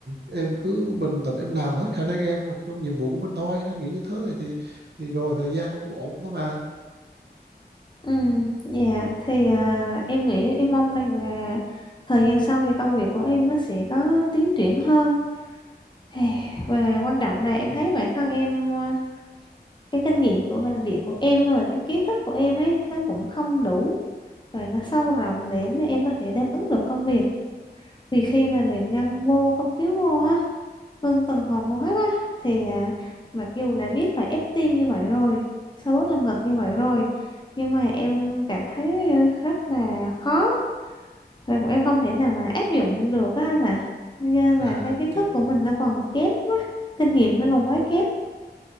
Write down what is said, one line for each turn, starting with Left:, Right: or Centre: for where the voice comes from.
Right: em cứ bình tĩnh em làm hết khả năng em hoặc trong nhiệm vụ của mình thôi anh nghĩ như thế này thì thì rồi thời gian nó cũng ổn thôi mà
Left: ừ dạ thì à, em nghĩ em mong rằng là thời gian sau thì công việc của em nó sẽ có tiến triển hơn Hey, và quan trọng là em
Right: Ừ.
Left: thấy bản thân em à, cái kinh nghiệm của làm việc của em và cái kiến thức của em ấy nó cũng không đủ và nó sâu rộng để mà em có thể đáp ứng được công việc vì khi mà mình nhân vô cấp cứu vô á ngưng tuần hoàn hô hấp á thì à, mặc dù là biết phải ép tim như vậy rồi xoa bóp lồng ngực như vậy rồi nhưng mà em cảm thấy à, rất là khó và cũng em không thể nào mà áp dụng được á anh Cho nên
Right: à
Left: là cái kiến
Right: chứ
Left: thức của mình nó còn kém quá kinh nghiệm nó còn quá kém